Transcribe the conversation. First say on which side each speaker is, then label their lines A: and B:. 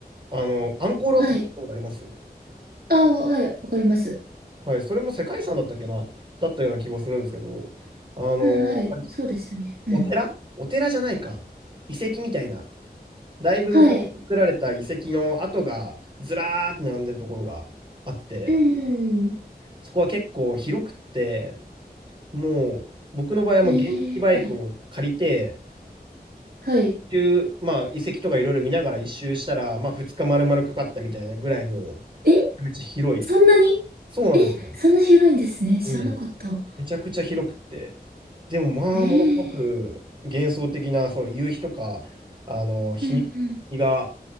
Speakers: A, on the right; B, on the right.
A: あの、アンコールワットってことあります
B: はい。ああ、はい、わかります。
A: はい。それも世界遺産だったっけなだったような気もするんですけど、あの、
B: はい、はい、そうですよね。うん。
A: お寺お寺じゃないか。遺跡みたいな。だいぶ昔作られた遺跡の跡がずらーって並んでるところがあって、
B: はい。うん。
A: そこは結構広くって、もう僕の場合はもう原付バイクを借りて、
B: ええ、はい。はい。
A: 一周まあ、遺跡とかいろいろ見ながら一周したら、まあ、2日丸々かかったみたいなぐらいの、
B: え、
A: めっちゃ広い。
B: そんなに
A: そうなんですよ。
B: え、そんな広いんですね。知らなかった。
A: うん。めちゃくちゃ広くって。でもまあ、
B: ええ、
A: ものすごく幻想的な、そう、夕日とか、あの、日日が、
B: うん、うん。